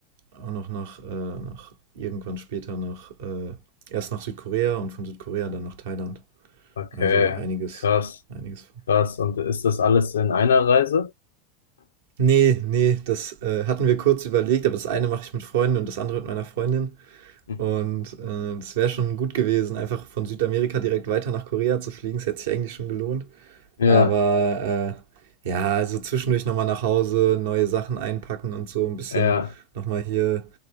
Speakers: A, on the right; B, on the left.
A: auch noch nach, äh, nach irgendwann später nach äh, erst nach Südkorea und von Südkorea dann nach Thailand.
B: Okay,
A: Also einiges,
B: krass,
A: einiges vor.
B: krass. Und ist das alles in einer Reise?
A: Nee, nee, das äh, hatten wir kurz überlegt, aber das eine mache ich mit Freunden und das andere mit meiner Freundin.
B: Mhm.
A: Und, äh, das wäre schon gut gewesen, einfach von Südamerika direkt weiter nach Korea zu fliegen. Es hätte sich eigentlich schon gelohnt.
B: Ja,
A: Aber, äh, ja, also zwischendurch noch mal nach Hause, neue Sachen einpacken und so ein bisschen
B: ja,
A: noch mal hier,